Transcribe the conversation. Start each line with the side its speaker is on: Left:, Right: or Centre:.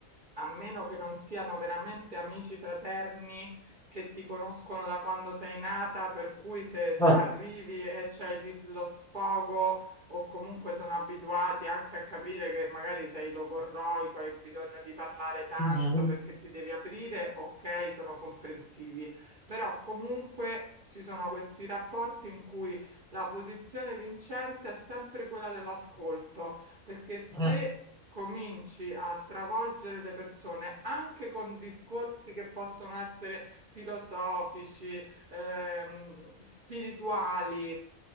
Right: a meno che non siano veramente amici fraterni che ti conoscono da quando sei nata, per cui se
Centre: Ah.
Right: arrivi e c'hai di- lo sfogo o comunque sono abituati anche a capire che magari sei logorroico e hai bisogno di parlare tanto
Centre: Mm,
Right: perché ti devi aprire, ok, sono comprensivi, però comunque ci sono questi rapporti in cui la posizione vincente è sempre quella dell'ascolto, perché se
Centre: mm,
Right: cominci a travolgere le persone anche con discorsi che possono essere filosofici, ehm, spirituali,